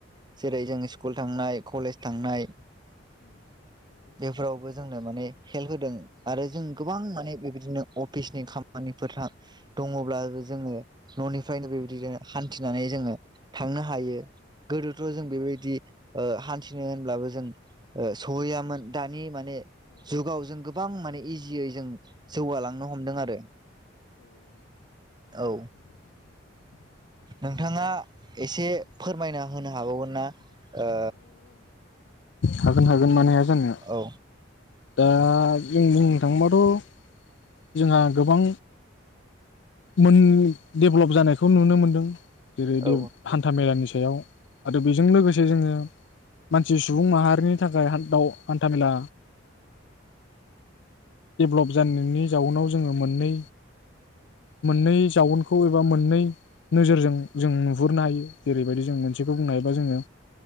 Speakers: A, on the right; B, on the left.
A: जेरै जों स्कुल थांनाय कलेज थांनाय बेफोरावबो जोंनो माने हेल्प होदों आरो जों गोबां माने बेबायदिनो अफिसनि खामानिफोर दङब्लाबो जोंनो न'निफ्रायनो बेबायदिनो हान्थिनानै जोङो थांनो हायो गोदोथ' जों बेबायदि ओ हान्थिनो होनब्लाबो जों ओ सहैयामोन दानि माने जुगाव जों गोबां माने इजियै जों जौगालांनो हमदों आरो औ। नोंथाङा एसे फोरमायना होनो हागावगोन ना ओ
B: हागोन हागोन मानो हाया। जानो
A: औ
B: दा जों बुंनो थाङोबाथ' जोंहा गोबां मोन देभेलप जानायखौ नुनो मोनदों। जेरै
A: औ
B: दे हान्था मेलानिस सायाव आरो बेजों लोगोसे जोङो मानसि सुबुं माहारिनि थाखाय हान दाउ हान्थामेला डेभेलप जानायनि जाउनाव जोङो मोननै मोननै जाउनखौ एबा मोननै नोजोरजों जों नुहुरनो हायो जेरैबायदि जों मोनसेखौ बुंनो हायोबा जोङो